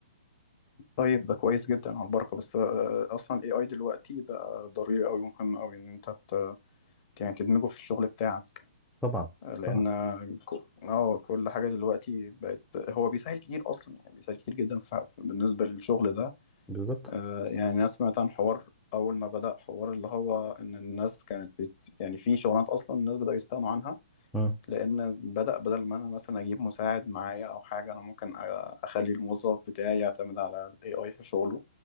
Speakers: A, on the left; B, in the centre.
A: طيب ده كويس جدا على البركة بس آه، أصلا ال AI دلوقتي بقى ضروري أوي ومهم أوي إن أنت ت- يعني تدمجه في الشغل بتاعك
B: طبعا
A: آه، لأن
B: طبعا
A: ك- اه كل حاجة دلوقتي بقت هو بيسهل كتير أصلا يعني بيسهل كتير جدا ف- ف- بالنسبة للشغل ده
B: بالظبط
A: آه، يعني أنا سمعت عن حوار أول ما بدأ حوار اللي هو إن الناس كانت بت... يعني في شغلانات أصلا الناس بدأوا يستغنوا عنها
B: مم.
A: لأن بدأ بدل ما أنا مثلا أجيب مساعد معايا أو حاجة أنا ممكن أ- أخلي الموظف بتاعي يعتمد على ال AI في شغله